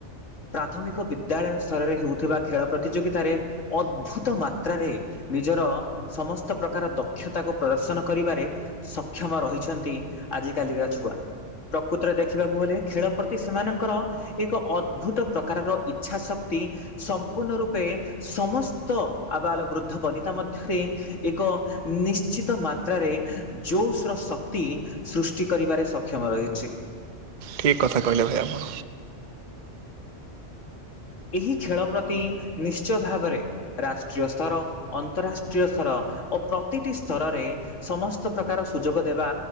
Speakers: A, on the left (about 75°); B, on the right (about 45°).
A: ପ୍ରାଥମିକ ବିଦ୍ୟାଳୟ ସ୍ତରରେ ହେଉଥିବା ଖେଳ ପ୍ରତିଯୋଗିତାରେ ଅଦ୍ଭୁତ ମାତ୍ରାରେ ନିଜର ସମସ୍ତ ପ୍ରକାର ଦକ୍ଷତାକୁ ପ୍ରଦର୍ଶନ କରିବାରେ ସକ୍ଷମ ରହିଛନ୍ତି ଆଜିକାଲିକା ଛୁଆ ପ୍ରକୃତରେ ଦେଖିବାକୁ ଗଲେ ଖେଳ ପ୍ରତି ସେମାନଙ୍କର ଏକ ଅଦ୍ଭୁତ ପ୍ରକାରର ଇଚ୍ଛା ଶକ୍ତି ସମ୍ପୂର୍ଣ୍ଣ ରୂପେ ସମସ୍ତ ଆବାଳ ବୃଦ୍ଧ ବନିତା ମଧ୍ୟରେ ଏକ ନିଶ୍ଚିତ ମାତ୍ରାରେ ଜୋସ୍ର ଶକ୍ତି ସୃଷ୍ଟି କରିବାରେ ସକ୍ଷମ ରହି ପଛି <unintelligible>
B: ଠିକ୍ କଥା କହିଲେ ଭାଇ ଆପଣ?
A: ଏହି ଖେଳ ପ୍ରତି ନିଶ୍ଚୟ ଭାବରେ ରାଷ୍ଟ୍ରୀୟ ସ୍ତର ଅନ୍ତରାଷ୍ଟ୍ରୀୟ ସ୍ତର ଓ ପ୍ରତିଟି ସ୍ତରରେ ସମସ୍ତ ପ୍ରକାର ସୁଯୋଗ ଦେବା